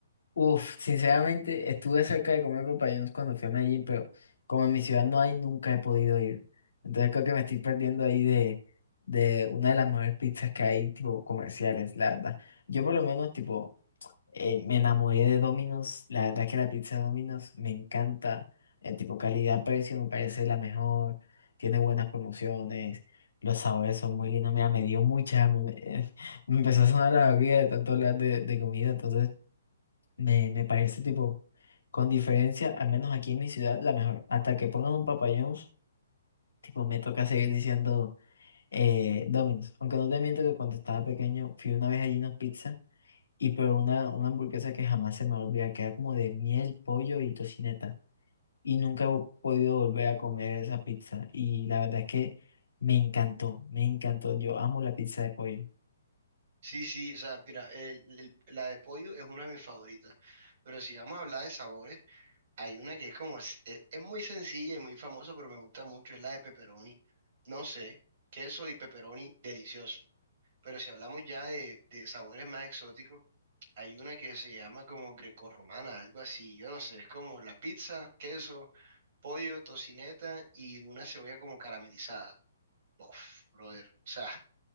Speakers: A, on the left (about 65°); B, on the right (about 45°).
A: Uf, sinceramente estuve cerca de comer papayón cuando fui a Medellín, pero como en mi ciudad no hay, nunca he podido ir. Entonces creo que me estoy perdiendo ahí de, de una de las mejores pizzas que hay, tipo comerciales, la verdad. Yo por lo menos, tipo, Eh, me enamoré de Domino's. La verdad que la pizza de Domino's me encanta. El tipo calidad-precio me parece la mejor. Tiene buenas promociones. Los sabores son muy lindos. Mira, me dio mucha hambre, Me, <laughs> me empezó a sonar la barriga de tanto hablar de, de comida. Entonces, me, me parece tipo, con diferencia, al menos aquí en mi ciudad, la mejor. Hasta que pongan un Papa John's, tipo, me toca seguir diciendo eh, Domino's. Aunque no te miento que cuando estaba pequeño fui una vez a Gino's Pizza. Y pero una, una hamburguesa que jamás se me olvida, que era como de miel, pollo y tocineta. Y nunca he vo- podido volver a comer esa pizza. Y la verdad es que me encantó, me encantó. Yo amo la pizza de pollo.
B: Sí, sí, o sea, mira, el- el- la de pollo es una de mis favoritas, pero si vamos a hablar de sabores, hay una que es como, es, e, es- muy sencilla y muy famosa, pero me gusta mucho, es la de pepperoni. No sé, queso y pepperoni, delicioso, pero si hablamos ya de, de sabores más exóticos, hay una que se llama como grecorromana, algo así, yo no sé, es como la pizza, queso, pollo, tocineta y una cebolla como caramelizada. Uf, brother, o sea.